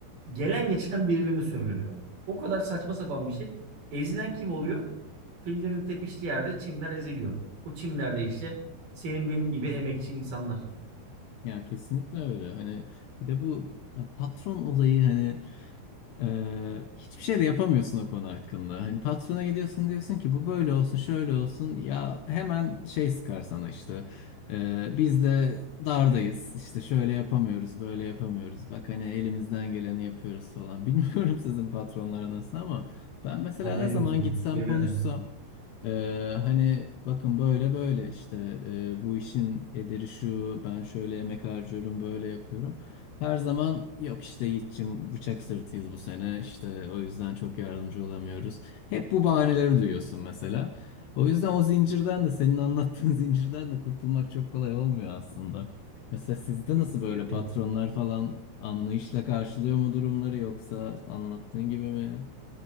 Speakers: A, on the right (about 50°); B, on the left (about 80°).
A: Gelen geçen birbirini sömürüyor. O kadar saçma sapan bir şey. Ezilen kim oluyor? Fillerin tepiştiği yerde çimler eziliyor. O çimlerde işte senin benim gibi emekçi insanlar.
B: Ya kesinlikle öyle. Hani bir de bu patron olayı hani e, hiçbir şey de yapamıyorsun o konu hakkında. Hani patrona gidiyorsun diyorsun ki bu böyle olsun şöyle olsun. Ya hemen şey sıkar sana işte. E, biz de dardayız. işte şöyle yapamıyoruz, böyle yapamıyoruz. Bak hani elimizden geleni yapıyoruz falan. <laughs> Bilmiyorum sizin patronlar nasıl ama ben mesela
A: Sen ne
B: ne zaman
A: diyorsun?
B: gitsem
A: Ne
B: konuşsam
A: diyorsun ya?
B: Ee, hani bakın böyle böyle işte e, bu işin ederi şu ben şöyle emek harcıyorum böyle yapıyorum. Her zaman yok işte Yiğit'cim bıçak sırtıyız bu sene işte o yüzden çok yardımcı olamıyoruz. Hep bu bahaneleri duyuyorsun mesela. O yüzden o zincirden de senin anlattığın <laughs> zincirden de kurtulmak çok kolay olmuyor aslında. Mesela sizde nasıl
A: Kesinlikle.
B: böyle patronlar falan anlayışla karşılıyor mu durumları yoksa anlattığın gibi mi?